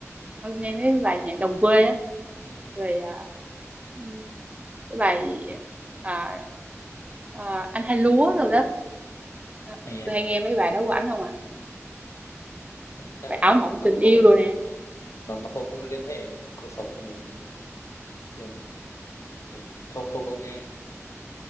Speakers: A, on the right; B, on the left.
A: Con nghe mấy bài nhạc đồng quê á
B: Ừ,
A: rồi à, ừ, cái bài à, à, anh hai lúa rồi đó Đó.
B: hay
A: tôi
B: à?
A: hay nghe mấy bài đó của ảnh không à
B: Chắc, chắc
A: bài
B: là nó
A: ảo mộng
B: nó
A: tình
B: không
A: yêu rồi nè
B: nó nó không, không liên hệ đến cuộc sống của mình được. ấy. Thì là mình không không có nghe